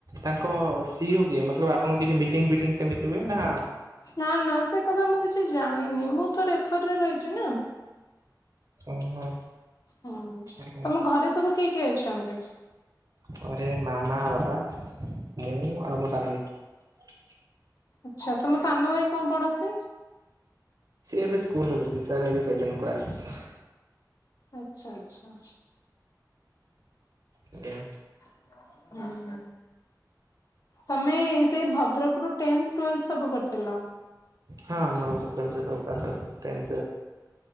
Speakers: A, on the right; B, on the left.
A: ତାଙ୍କ ସିଓ କିଏ ମତଲବ୍ ଆପଣଙ୍କୁ କିଛି ମିଟିଂ ବିଟିଂ ସେମିତି ହୁଏ। ନା
B: ନା ନା ସେ କଥା ମୁଁ କିଛି ଜାଣିନି ମୁଁ ତ ରେଫରରେ। ଅଛି ନା।
A: ଓହୋ।
B: ହୁଁ ହିଁ
A: ଆଜ୍ଞା
B: ତମ ଘରେ ସବୁ କିଏ କିଏ ଅଛନ୍ତି।
A: ଘରେ ମାମା ବାବା। ମୁଁ ଆଉ ମୋ ସାନ ଭାଇ।
B: ଆଚ୍ଛା ତମ ସାନ ଭାଇ କଁ ପଢନ୍ତି?
A: ସିଏ ଏବେ ସ୍କୁଲ ପଢୁଚି ସାର୍ ଏବେ ସେଭେନ୍ କ୍ଲାସ।
B: ଆଚ୍ଛା ଆଚ୍ଛା।
A: ଆଜ୍ଞା।
B: <unintelligible> ତମେ ସେ ଭଦ୍ରକରୁ ଟେନ୍ଥ ଟ୍ଵେଲଥ ସବୁ କରିଥିଲ।
A: ହଁ ମୋର ଭଦ୍ରକରେ ସବୁ ପାସ୍ ଆଉଟ୍ ଟେନ୍ଥ